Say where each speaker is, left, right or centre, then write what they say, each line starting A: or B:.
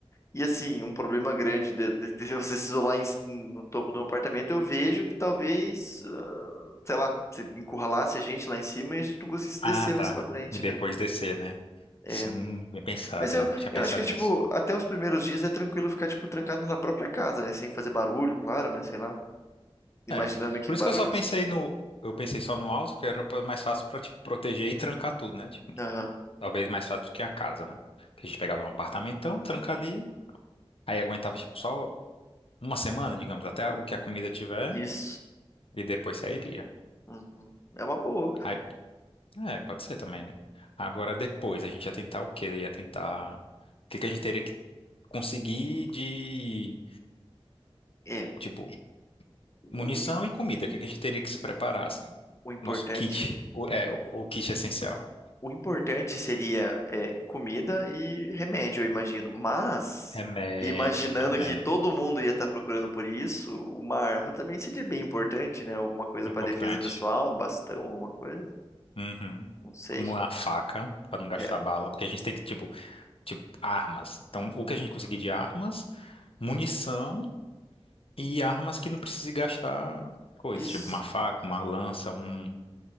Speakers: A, on the left (about 30°); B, on the left (about 65°).
A: e, assim, um problema grande de, de- de <laughs> você se isolar em no topo de um apartamento, eu vejo que talvez, ah, sei lá, se encurralasse a gente lá em cima e a gente não conseguisse
B: Ah,
A: descer
B: tá.
A: mais pra frente,
B: E depois
A: né?
B: descer, né?
A: É.
B: Sim, bem pensado.
A: Mas eu,
B: Eu não tinha pensado
A: eu acho que, tipo,
B: nisso.
A: até os primeiros dias é tranquilo ficar, tipo, trancado na própria casa, né? Sem fazer barulho, claro, né? Sei lá. Imaginando
B: É.
A: que
B: Por
A: barulho
B: isso que eu só pensei
A: seja
B: no. Eu pensei só no alto, porque era pra- mais fácil pra te proteger e trancar tudo, né? Tipo,
A: Aham,
B: talvez mais fácil do que a casa, né? Que a gente pegava um apartamentão, tranca ali, aí aguentava, tipo, só uma semana, digamos, até o que a comida tiver,
A: Isso.
B: e depois sairia.
A: Uhum. É uma boa, cara.
B: Aí, é, pode ser também, né? Agora depois, a gente ia tentar o quê? Ia tentar. O que que a gente teria que conseguir de.
A: É.
B: Tipo,
A: O,
B: Munição e comida. O que que a gente teria que se preparar, assim?
A: o importante,
B: Nosso kit. O, é, o, o kit essencial.
A: o importante seria é, comida e remédio, eu imagino. Mas,
B: Remédio,
A: imaginando
B: remédio.
A: que todo mundo ia estar procurando por isso, uma arma também seria bem importante, né? Alguma coisa para
B: Importante.
A: defesa pessoal, um bastão, alguma coisa.
B: Uhum.
A: Não sei.
B: Uma faca, para não gastar
A: É,
B: bala. Porque a gente tem que, tipo, tipo, armas. Então, o que a gente conseguir de armas, munição e armas que não precise gastar coisas.
A: isso.
B: Tipo, uma faca, uma lança, um...